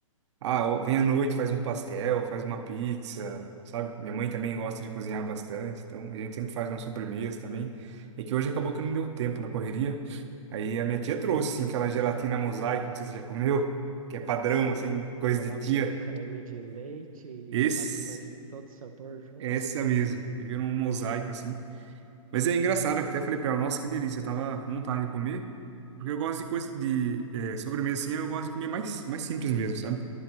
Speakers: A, on the right; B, on the right.
A: Ah, ou vem à noite, faz um pastel, faz uma pizza, sabe? Minha mãe também gosta de cozinhar bastante, então a gente sempre faz uma sobremesa também. É que hoje acabou que não deu tempo na correria. Aí a minha tia trouxe, assim, aquela gelatina mosaico, não sei se você já comeu, que é padrão,
B: Sei,
A: assim, coisa
B: coloca
A: de tia.
B: um creme de leite e
A: Esse,
B: gelatina de todo sabor junto.
A: essa mesmo. Aí virou um mosaico, assim. Mas é engraçado, que até falei pra ela, nossa, que delícia, eu tava com vontade de comer. Porque eu gosto de coisa, de eh, sobremesa, assim, eu gosto de comer mais, mais simples mesmo, sabe?